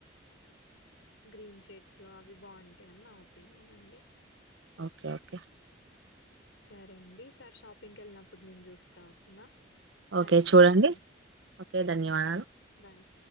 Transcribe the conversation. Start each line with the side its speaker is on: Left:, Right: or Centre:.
Left: గ్రీన్ షేడ్స్ లో అవి బాగుంటాయని నా ఒపీనియన్ అండి
Right: ఓకే ఓకే
Left: సరే అండి ఈసారి షాపింగ్ వెళ్ళినప్పుడు నేను చూస్తా ఓకేనా థ్యాంక్
Right: ఓకే చూడండి
Left: యూ అండి
Right: ఓకే ధన్యవాదాలు
Left: ఓకే బాయ్